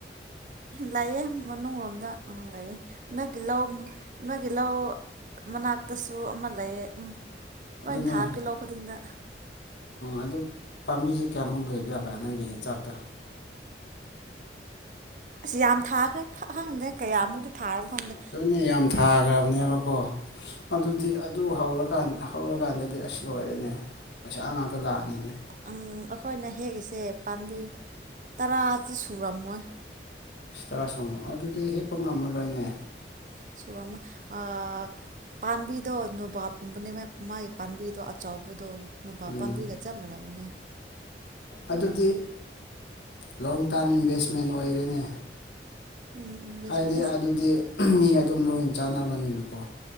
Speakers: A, on the right; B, on the left.
A: ꯂꯥꯛꯑꯦ ꯃꯅꯨꯡ ꯂꯣꯝꯗ ꯑꯪ ꯂꯥꯛꯑꯦ ꯅꯣꯏꯒꯤ ꯂꯧ ꯅꯣꯏꯒꯤ ꯂꯧ ꯃꯅꯥꯛꯇꯁꯨ ꯑꯃ ꯂꯩꯌꯦ ꯂꯣꯏ
B: ꯑꯗꯨꯅꯦ
A: ꯊꯥꯔꯒ ꯂꯧꯕꯅꯤꯅ
B: ꯑꯗꯨ ꯄꯥꯝꯕꯤꯁꯦ ꯀꯌꯥꯃꯨꯛ ꯂꯩꯕ ꯌꯥꯠꯂꯦ ꯅꯪꯒꯤ ꯍꯤꯡꯆꯥꯛꯇ
A: ꯑꯁ ꯌꯥꯝ ꯊꯥꯈ꯭ꯔꯦ ꯈ ꯈꯪꯗ꯭ꯔꯦ ꯀꯌꯥꯃꯨꯛꯇ ꯊꯥꯔꯕ ꯈꯟꯗꯦ
B: ꯑꯗꯨꯅꯦ ꯌꯥꯝ ꯊꯥꯈ꯭ꯔꯕꯅꯦꯕꯀꯣ ꯑꯗꯨꯗꯤ ꯑꯗꯨ ꯍꯧꯔꯀꯥꯟ ꯍꯧꯔꯀꯥꯟꯗꯗꯤ ꯑꯁ ꯂꯣꯏꯔꯦꯅꯦ ꯄꯩꯁꯥ ꯉꯥꯛꯇ ꯂꯥꯛꯑꯅꯤꯅꯦ
A: ꯑ ꯑꯩꯈꯣꯏꯅ ꯍꯦꯛꯏꯁꯦ ꯄꯥꯝꯕꯤ ꯇꯔꯥꯗꯤ ꯁꯨꯔꯝꯃꯣꯏ
B: <unintelligible> ꯑꯗꯨꯗꯤ ꯍꯦꯛꯄ ꯉꯝꯃꯔꯣꯏꯅꯦ
A: ꯁꯨꯔꯝꯃꯣꯏ ꯑ ꯄꯥꯝꯕꯤꯗꯣ ꯅꯣꯕꯥꯞꯀꯨꯝꯕꯅꯦ ꯃꯥꯏ ꯄꯥꯝꯕꯤꯗꯣ ꯑꯆꯧꯕꯗꯣ ꯅꯨꯕꯥꯕ
B: ꯎꯝ
A: ꯄꯥꯝꯕꯤꯒ ꯆꯞ ꯃꯥꯟꯅꯕꯅꯦ
B: ꯑꯗꯨꯗꯤ ꯂꯣꯡ ꯇꯥꯝ ꯏꯟꯚꯦꯁꯃꯦꯟ ꯑꯣꯏꯔꯦꯅꯦ
A: ꯎꯝ ꯏꯟꯚꯦꯁꯃꯦꯟ
B: ꯍꯥꯏꯗꯤ
A: ꯑꯁ
B: ꯑꯗꯨꯗꯤ ꯃꯤ ꯑꯗꯨꯝ ꯂꯣꯏꯅ ꯆꯥꯟꯅꯕꯅꯤꯅꯀꯣ